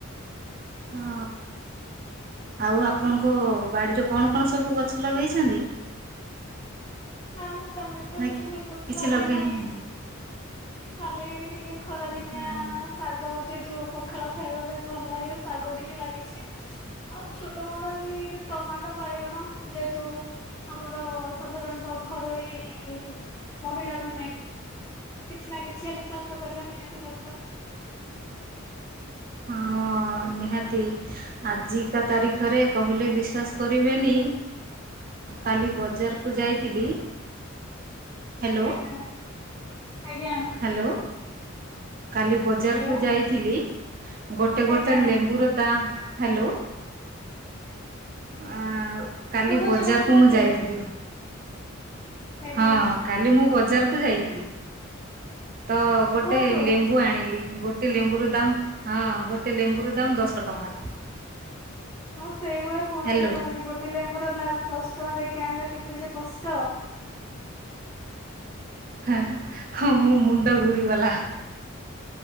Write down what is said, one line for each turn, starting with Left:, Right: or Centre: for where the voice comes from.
Right: ହଁ ଆଉ ଆପଣଙ୍କ ବାଡ଼ିରେ କଣ କଣ ସବୁ ଗଛ ଲଗେଇଛନ୍ତି?
Left: ନା ମୁଁ ସେମିତ
Right: ନା
Left: କିଛି ବିଶେଷ
Right: କିଛି
Left: ଲାଗେ
Right: ଲଗେଇ
Left: ନାହିଁ
Right: ନାହାନ୍ତି?
Left: ଖାଲି ଟିକେ ଖରା ଦିନିଆ
Right: ହଁ,
Left: ଶାଗ ଯେହେତୁ ପଖାଳ ଖାଇବା ପାଇଁ ଭଲ ଲାଗେ ଶାଗ ଟିକେ ଲାଗିଛି। ଆଉ ଛୋଟ ମୋଟ ଏଇ ଟମାଟୋ ବାଇଗଣ ଯେହେତୁ ଆମର ସାଧାରଣତଃ ଘରରେ ମହିଳା ମାନେ କିଛି ନା କିଛି ଆମେ ଚାଷ ଚାଷ କରିବା ନିହାତି ଦରକାର।
Right: ହଁ ନିହାତି ଆଜିକା ତାରିଖରେ କହିଲେ ବିଶ୍ୱାସ କରିବେନି କାଲି ବଜାରକୁ ଯାଇଥିଲି ହ୍ୟାଲୋ
Left: ଆଜ୍ଞା ଆଜ୍ଞା।
Right: ହ୍ୟାଲୋ କାଲି ବଜାରକୁ
Left: ହ୍ୟାଲୋ
Right: ଯାଇଥିଲି। ଗୋଟେ ଗୋଟେ
Left: ଆଜ୍ଞା
Right: ଲେମ୍ବୁର ଦାମ ହ୍ୟାଲୋ ଆଁ କାଲି
Left: ଶୁଭୁଛି
Right: ବଜାରକୁ
Left: ଆପଣ କୁହନ୍ତୁ
Right: ମୁଁ ଯାଇଥିଲି।
Left: ଆଜ୍ଞା
Right: ହଁ କାଲି ମୁଁ ବଜାର ବଜାରକୁ ଯାଇଥିଲି। ତ ଗୋଟେ
Left: କୁହନ୍ତୁ
Right: ଲେମ୍ବୁ ଆଣିଲି ଗୋଟେ ଲେମ୍ବୁର ଦାମ ହଁ ଗୋଟେ ଲେମ୍ବୁର ଦାମ୍ ଦଶ ଟଙ୍କା।
Left: ହଁ ସେଇଭଳିଆ କୁହନ୍ତିନି
Right: ହ୍ୟାଲୋ
Left: କୁହନ୍ତିନି ଗୋଟେ ଲେମ୍ବୁର ଦାମ ଦଶ ଟଙ୍କା ଦେଇକି ଆଣିବା କେତେ ଯେ କଷ୍ଟ
Right: ହଁ ହଁ ମୋ ମୁଣ୍ଡ ଘୁରିଗଲା।